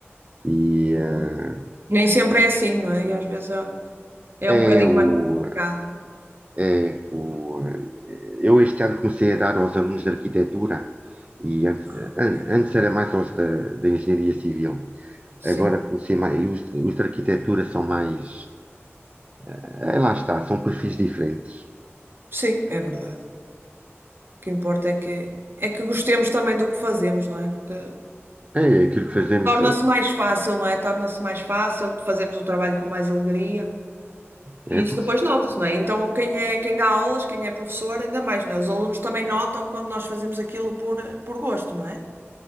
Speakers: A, on the right (about 30°); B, on the right (about 55°).
A: e
B: Boa.
A: eh,
B: Nem sempre é assim, não é? E às vezes é, é
A: é
B: um bocadinho
A: o,
B: mais complicado.
A: É, o, eh, eu este ano comecei a dar aos alunos de arquitetura e antes,
B: Ah, ok.
A: an- antes era mais aos da, da engenharia civil.
B: Sim.
A: Agora comecei mais, e os, os de arquitetura são mais, eh, lá está, são perfis diferentes.
B: Sim, é verdade. O que importa é que, é que gostemos também do que fazemos, não é? Porque
A: É aquilo que fazemos,
B: torna-se
A: eh,
B: mais fácil, não é? Torna-se mais fácil, fazemos o trabalho com mais alegria.
A: é,
B: E
A: é porque
B: isso depois nota-se, não é? Então, quem é, quem dá aulas, quem é professor, ainda mais, não é? Os alunos também notam quando nós fazemos aquilo por, eh, por gosto, não é?